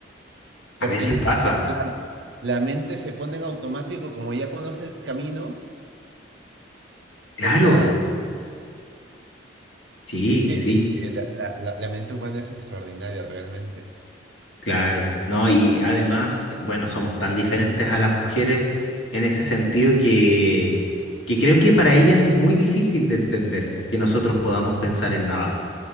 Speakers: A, on the left (about 75°); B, on the right (about 65°).
A: <laughs>
B: Porque,
A: A veces
B: el-
A: pasa,
B: porque la, la mente se pone en automático, como ya conoce el camino,
A: claro,
B: pues nada,
A: sí,
B: Es que,
A: sí.
B: es que la, la- la- la mente humana es extraordinaria realmente.
A: Claro, ¿no? Y además, bueno, somos tan diferentes a las mujeres en ese sentido que, que creo que para ellas es muy difícil de entender que nosotros podamos pensar en nada.